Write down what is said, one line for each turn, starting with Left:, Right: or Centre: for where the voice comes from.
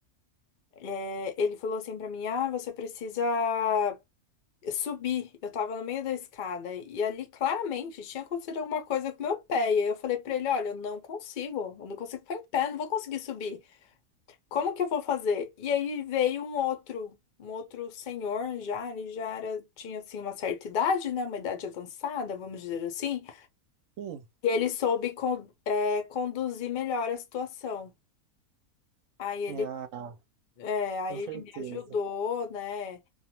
Left: é, ele falou assim pra mim: Ah, você precisa subir. Eu tava no meio da escada e ali claramente tinha acontecido alguma coisa com meu pé. E aí eu falei pra ele: Olha, eu não consigo, eu não consigo ficar em pé, não vou conseguir subir. Como que eu vou fazer? E aí veio um outro. Um outro senhor já, ele já era, tinha assim uma certa idade, né? Uma idade avançada, vamos dizer assim.
Right: Sim.
Left: E ele soube con- é, conduzir melhor a situação. Aí ele,
Right: Ah,
Left: é, aí
Right: com
Left: ele
Right: certeza.
Left: me ajudou, né,